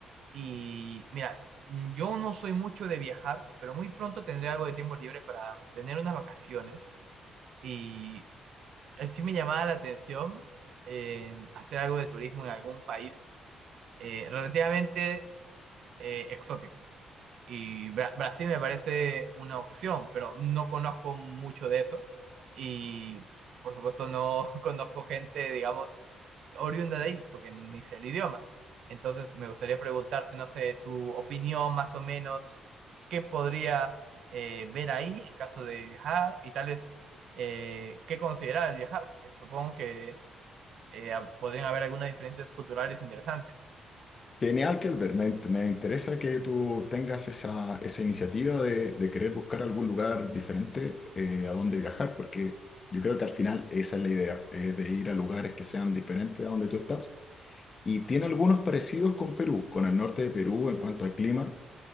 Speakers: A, on the right; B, on the left.
A: y mira, mm, yo no soy mucho de viajar, pero muy pronto tendré algo de tiempo libre para tener unas vacaciones y eh, sí me llamaba la atención eh, hacer algo de turismo en algún país eh, relativamente eh, exótico. Y Bra- Brasil me parece una opción, pero no conozco mucho de eso. Y por supuesto no <laughs> conozco gente, digamos, oriunda de ahí, porque ni sé el idioma. Entonces me gustaría preguntarte, no sé, tu opinión más o menos, qué podría eh, ver ahí en caso de viajar y tal vez eh, qué considerar al viajar, porque supongo que eh, podrían haber algunas diferencias culturales interesantes.
B: Genial Kelber, me, me interesa que tú tengas esa, esa iniciativa de, de querer buscar algún lugar diferente eh, a donde viajar, porque yo creo que al final esa es la idea, eh, de ir a lugares que sean diferentes a donde tú estás. Y tiene algunos parecidos con Perú, con el norte de Perú en cuanto al clima,